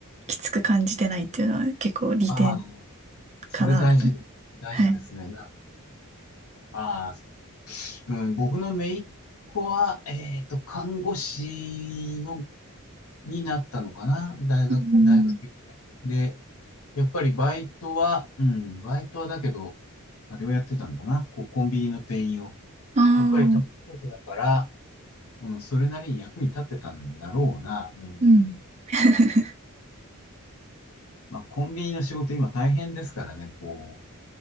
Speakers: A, on the right; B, on the left.
A: きつく感じてないっていうのは結構利点
B: ああ、それ大事で、
A: かなと。
B: 大事ですね。
A: はい。
B: なるほど。ああ、うん、僕の姪っ子は、えっと、看護師の、になったのかな。大学、
A: うん。
B: 大学行って。で、やっぱりバイトは、うん、バイトはだけど、まあれをやってたんだな。こう、コンビニの店員を。
A: ああ、
B: やっぱり、たことだから、うん、それなりに役に立ってたんだろうな。うん。
A: うん。<laughs>
B: まあ、コンビニの仕事今大変ですからね、こう、